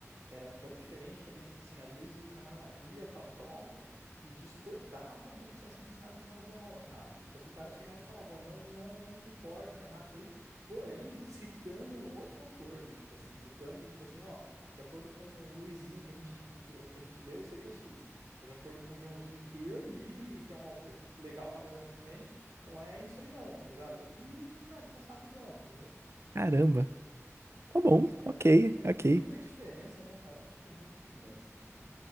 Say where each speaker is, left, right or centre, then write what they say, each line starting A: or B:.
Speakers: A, on the right; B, on the right.
A: era tão diferente que era do tipo assim, às vezes o cara ia pra prova e discordava do que tinha sido ensinado em sala de aula, cara. Tipo assim, o cara chegava e falava, ó, não, não, não concordo, tá errado isso aí, porém, citando um outro autor, do tipo assim, citando do tipo assim, ó, de acordo com o Luizinho que a gente, que, que a gente leu, seria X, mas de acordo com o Joãozinho que eu li e que é um autor legal pra caramba também, não é isso aí não, tá ligado? E, cara, e passava igual, tá ligado?
B: Caramba. Tá bom,
A: É, cara,
B: ok,
A: é um-
B: ok.
A: muita diferença, né, cara? Eu Acho que o mundo tem dessas, mano.